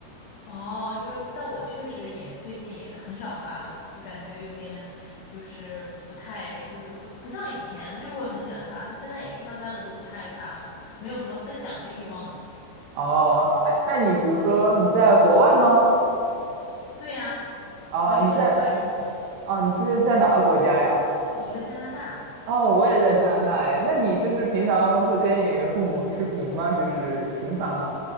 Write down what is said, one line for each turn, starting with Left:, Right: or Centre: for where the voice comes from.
Left: 哦，因为我但我确实也最近也很少发了，就感觉有点就是不太就是不不像以前就是会很喜欢发，但现在也是慢慢的都不太发了，没有什么分享的欲望。
Right: 哦，哎，那你比如说你在国外吗？
Left: <laughs> 对呀，
Right: 哦，
Left: 我也是在国外生活的。
Right: 你在哦，你是在哪个国家呀？
Left: 我在加拿大，
Right: 哦，我也在加拿大哎。那你就是平常会跟你父母视频吗？就是频繁吗？